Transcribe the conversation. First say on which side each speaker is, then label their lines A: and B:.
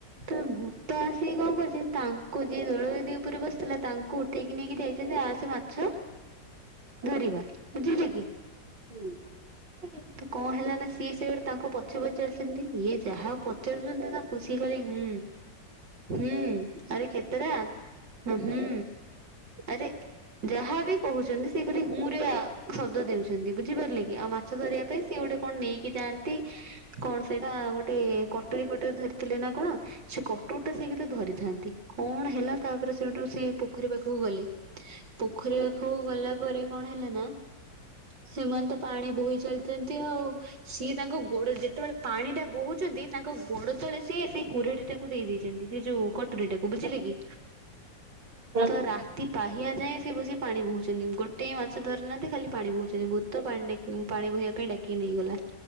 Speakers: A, on the right; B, on the right.
A: ତ ଭୂତ ଆସିକି କଣ କରୁଛି ତାଙ୍କୁ ଯିଏ ଦୋଳବେଦି ଉପରେ ବସିଥିଲା ତାଙ୍କୁ ଉଠ ଏକି ନେଇକି ଯାଇଛନ୍ତି ଆସ ମାଛ ଧରିବା ବୁଝିଲେ କି?
B: ହୁଁ ହୁଁ ହୁଁ
A: ତ କଣ ହେଲା ନା ସିଏ ସେଆଡୁ ତାଙ୍କୁ ପଛେପଛେ ଚାଲୁଛନ୍ତି ଇଏ ଯାହା ପଚାରୁଛନ୍ତି ତାଙ୍କୁ ସିଏ କଲେ ହୁଁ ହୁଁ ଆରେ କ୍ଷେତରା ହୁଁ ଆରେ ଯାହା ବି କହୁଛନ୍ତି ସେ ଖାଲି ହୁଁ ରେ ଶବ୍ଦ ଦେଉଛନ୍ତି ବୁଝିପାରିଲେ କି ଆ ମା ମାଛ ଧରିବା ପାଇଁ ସିଏ ଗୋଟେ କଣ ନେଇକି ଯାଆନ୍ତି କଣ ସେଇଟା ଗୋଟେ କଟୁରୀ ଫଟୁରୀ ଧରିଥିଲେ ନା କଣ ସେ କଟୁରୀଟା ସେ କିନ୍ତୁ ଧରିଥାନ୍ତି କଣ ହେଲା ତାପରେ ସେଠୁ ସେ ପୋଖରୀ ପାଖକୁ ଗଲେ। ପୋଖରୀ ପାଖକୁ ଗଲା ପରେ କଣ ହେଲା ନା ସେମାନେ ତ ପାଣି ବୋହି ଚାଲିଛନ୍ତି ଆଉ। ସିଏ ତାଙ୍କ ଗୋଡରେ ଯେତେବେଳେ ପାଣିଟା ବୋହୁଛନ୍ତି ତାଙ୍କ ଗୋଡ ତଳେ ସିଏ ଆସି କୁରାଢିଟା କୁ ଦେଇଛନ୍ତି ସେ ଯୋଉ କଟୁରୀଟାକୁ ବୁଝିଲେ କି
B: ହୁଁ
A: ତ ରାତି ପାହଆ ଯାଏଁ ସେ ବସି ପାଣି ବୋହୁଛନ୍ତି ଗୋଟେ ମାଛ ଧରିନାହାନ୍ତି ଖାଲି ପାଣି ବୋହୁଛନ୍ତି ଭୂତ ପାଣିଟା ପାଣି ବୋହିବା ପାଇଁ ଡାକି ନେଇଗଲା